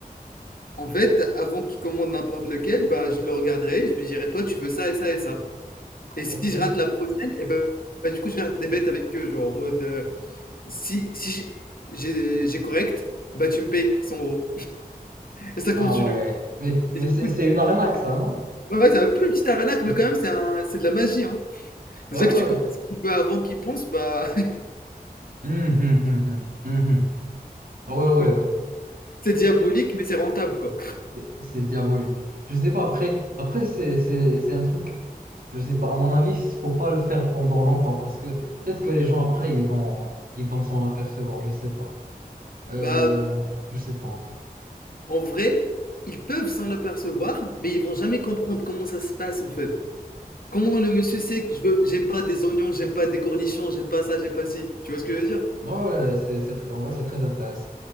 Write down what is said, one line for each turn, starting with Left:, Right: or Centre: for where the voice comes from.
Left: En fait, avant qu'il commande n'importe lequel, bah, je le regarderai, je lui dirai, toi, tu veux ça et ça et ça. Et si
Right: Ok.
Left: je rate la prochaine, et ben, bah, du coup, je vais faire des bêtes avec eux, genre en mode, euh, si, si j'ai j'ai- j'ai correct, bah tu me payes 100 euros. Et ça
Right: Ah
Left: continue.
Right: ouais. Mais, mais
Left: Et du
Right: c'est
Left: coup, c'est-
Right: c'est une arnaque, ça, non?
Left: ouais, c'est un peu une petite arnaque, mais
Right: <laughs>
Left: quand même, c'est un- c'est de la magie, hein. Déjà
Right: Ouais,
Left: que
Right: ouais.
Left: tu connais ce qu'il veut avant qu'il pense, bah, <laughs>
Right: Hum, hum, hum, hum, hum, hum. Ah ouais,
Left: du
Right: ouais,
Left: coup,
Right: ouais.
Left: c'est diabolique, mais c'est rentable, quoi.
Right: C'est c'est diabolique. Je sais pas, après, après c'est c'est- c'est un truc, je sais pas, à mon avis, il faut pas le faire pendant longtemps parce que peut-être que les gens après, ils vont ils vont s'en apercevoir, je sais pas. Euh,
Left: Bah,
Right: je sais pas en vrai.
Left: en vrai, ils peuvent s'en apercevoir, mais ils vont jamais comprendre comment ça se passe, en fait. Comment le monsieur sait que je veux, j'aime pas des oignons, j'aime pas des cornichons, j'aime pas ça, j'aime pas ci. Tu vois ce que je veux dire?
Right: Ouais, ouais, c'est, c'est tr- en vrai, c'est très intéressant.